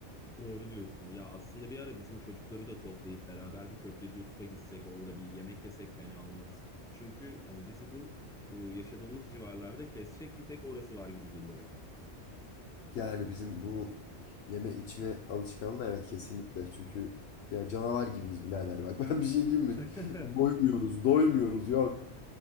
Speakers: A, in the centre; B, on the left (about 70°).
A: Doğru diyorsun. Ya aslında bir ara bizim çocukları da toplayıp beraber bir köfteci Yusuf'a gitsek, orada bir yemek yesek fena olmaz. Çünkü hani bizi bu ıı, yaşadığımız civarlarda kesecek bir tek orası var gibi geliyor bana.
B: Yani bizim bu yeme içme alışkanlığı evet kesinlikle. Çünkü ya canavar gibiyiz birader. Bak <laughs> ben bir şey diyeyim mi?
A: <laughs>
B: Doymuyoruz, doymuyoruz yok.